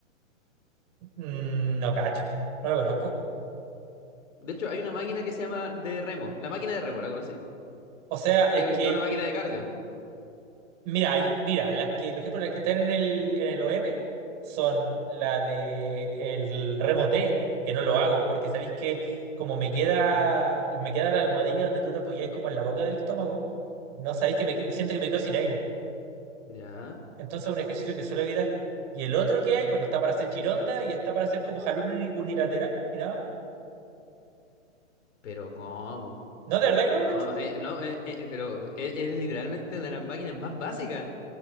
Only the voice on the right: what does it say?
Mm, No cacho, no lo conozco.
O sea, es
que
Mira, hay- mira, las que, por ejemplo, las que están en el, en el OM son la de el remo T, que no lo hago, porque sabéis que como me queda, me queda la almohadilla donde tú te apoyáis como en la boca del estómago, no sabéis que me, que- siento que me quedo sin aire.
Entonces es un ejercicio que suelo evitar. Y el otro que hay, bueno, está para hacer gironda y está para hacer como jalón uni- unilateral y nada más.
No, de verdad que
no lo cacho.